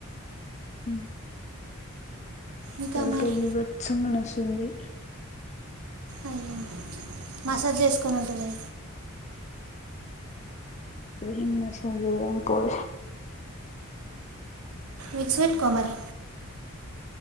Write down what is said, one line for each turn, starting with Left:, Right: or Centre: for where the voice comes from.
Left: హ
Right: ఇంకా
Left: తలక
Right: మరి
Left: నిీవత్సంగా నస్తుంది
Right: అయ్యో మసాజ్ చేసుకొనంటివే!
Left: ఇద నా సిజగాం పోద
Right: విక్స్ పెట్టుకో మరి